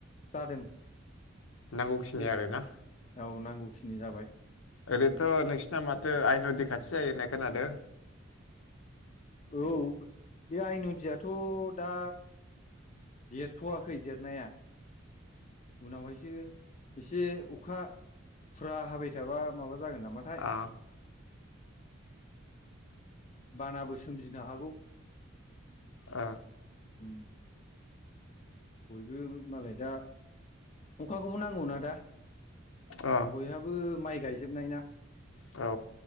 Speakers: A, on the left (about 35°); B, on the left (about 85°).
A: जादों
B: नांगौखिनि
A: एसे
B: आरोना
A: औ नांगौखिनि जाबाय
B: ओरैथ' नोंसिना माथो आइ नदि खाथि जायो होननाय खोनादों
A: औ बे आइ नदियाथ' दा देरथ'वाखै देरनाया उनावहायसो एसे अखा फुरा हाबाय थाबा माबा जागोन नामाथाय
B: अ
A: बानाबो सोमजिनो हागौ।
B: अ
A: उम बयबो मालाय दा अखाखौबो नांगौना दा।
B: अ
A: बयहाबो माइ गायजोबनाय ना।
B: औ।